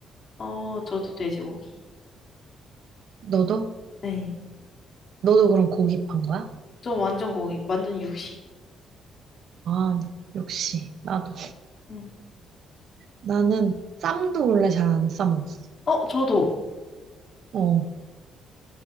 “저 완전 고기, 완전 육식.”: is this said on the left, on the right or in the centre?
Left